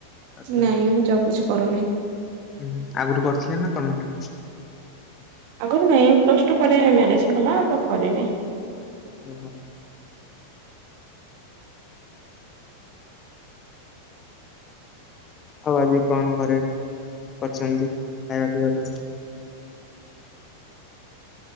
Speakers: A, on the left; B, on the right.
A: ଅଛନ୍ତି?
B: ନାଇଁ ମୁଁ ଜବ କିଛି କରୁନି।
A: ହୁଁ ଆଗରୁ କରିଥିଲେ ନା କରିନଥିଲେ?
B: ଆଗରୁ ନାଇଁ ପ୍ଲସ ଟୁ ପରେ ମ୍ୟାରେଜ ହେଇଗଲା ତ କରିନି।
A: ଓ ହୋ। ଆଉ ଆଜି କଣ ଘରେ କରିଛନ୍ତି ଖାଇବା ପିଇବା ପାଇଁ?